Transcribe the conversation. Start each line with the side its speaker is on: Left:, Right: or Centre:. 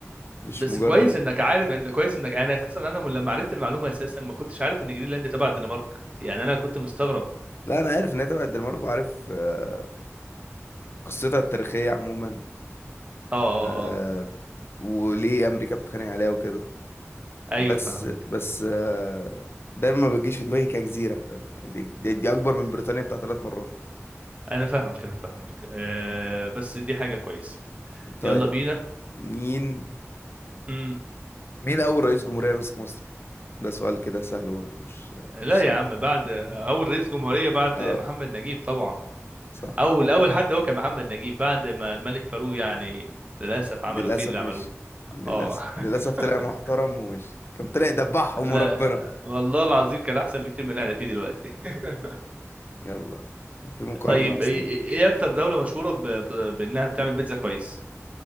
Left: مش
Right: بس
Left: مجرد
Right: كويس انك عارف ان كويس انك انا اساسا انا من لما عرفت المعلومه اساسا ما كنتش عارف ان جرينلاند تبع الدنمارك يعني انا كنت مستغرب
Left: لا أنا عارف إن هي تبع الدنمارك وعارف آه، قصتها التاريخية عموما
Right: اه اه
Left: آه،
Right: اه آه.
Left: وليه أمريكا بتتخانق عليها وكده بس
Right: ايوه فاهمك
Left: بس آه، دايما ما بتجيش في دماغي كجزيرة فاهم يعني دي, دي, دي أكبر من بريطانيا بتاع ثلاث مرات
Right: انا فاهمك انا فاهمك أه بس دي حاجه كويسه
Left: طيب
Right: يلا بينا
Left: مين
Right: امم
Left: مين أول رئيس جمهورية مسك مصر؟ ده سؤال كده سهل برضه مش
Right: لا
Left: مش صعب
Right: يا عم بعد اول رئيس جمهوريه بعد
Left: اه
Right: محمد نجيب طبعا
Left: صح
Right: اول اول حد هو كان محمد نجيب بعد ما الملك فاروق يعني للاسف عملوا
Left: للأسف
Right: فيه اللي عملوه
Left: مش للأسف
Right: اه <laughs>
Left: للأسف طلع محترم ومش كان طلع دبحهم
Right: لا
Left: وربنا
Right: والله العظيم كان احسن بكتير من اللي احنا فيه دلوقتي <laughs>
Left: يلا في مقارنة
Right: طيب
Left: أصلا
Right: ايه إيه- إيه اكتر دوله مشهوره ب... ب... بانها بتعمل بيتزا كويس